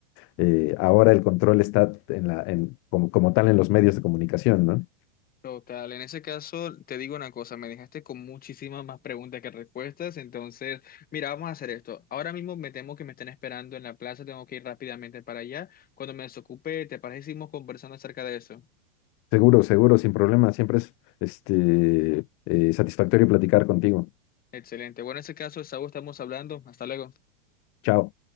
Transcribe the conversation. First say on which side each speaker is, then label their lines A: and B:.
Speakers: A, on the left; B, on the left.
A: eh, ahora el control está en la, en, como, como tal en los medios de comunicación, ¿no?
B: Total, en ese caso te digo una cosa, me dejaste con muchísimas más preguntas que respuestas, entonces, mira, vamos a hacer esto. Ahora mismo me temo que me están esperando en la plaza, tengo que ir rápidamente para allá. Cuando me desocupe, ¿te parece que seguimos conversando acerca de eso?
A: Seguro, seguro, sin problema. Siempre es este, eh, satisfactorio platicar contigo.
B: Excelente. Bueno, en ese caso, Saúl, estamos hablando. Hasta luego.
A: Chao.